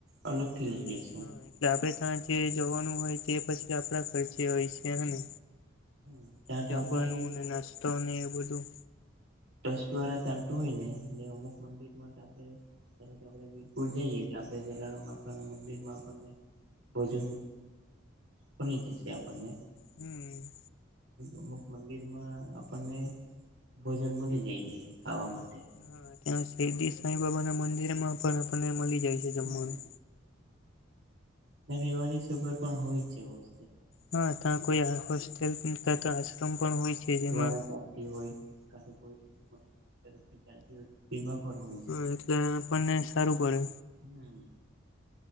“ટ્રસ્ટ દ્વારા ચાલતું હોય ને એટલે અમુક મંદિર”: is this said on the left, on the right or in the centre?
Right